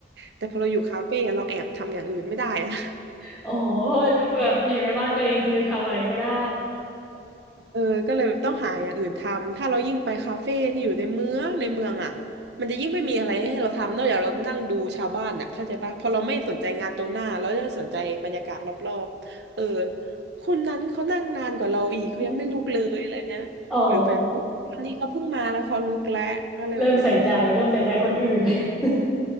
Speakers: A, on the right; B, in the centre.
A: แต่พอเราอยู่คาเฟ่เราแอบทำอย่างอื่นไม่ได้อะ
B: โอ้โหแบบอยู่ในบ้านตัวเองคือทำอะไรก็ได้
A: เออก็เลยแบบต้องหาอย่างอื่นทำถ้าเรายิ่งไปคาเฟ่ที่อยู่ในเมืองในเมืองอ่ะมันจะยิ่งไม่มีอะไรให้เราทำนอกจากเรานั่งดูชาวบ้านอ่ะเข้าใจปะพอเราไม่สนใจงานตรงหน้าเราจะสนใจบรรยากาศรอบๆเออคนนั้นเขานั่งนานกว่าเราอีกเขายังไม่ลุกเลยอะไรเนี้ยหรือแบบอุ๊ยวันนี้เขาเพิ่งมาแล้วเขาลุกแล้วอะไรแบบเนี้ย
B: <laughs> โอ้ เริ่มใส่ใจเริ่มใส่ใจคนอื่น <laughs>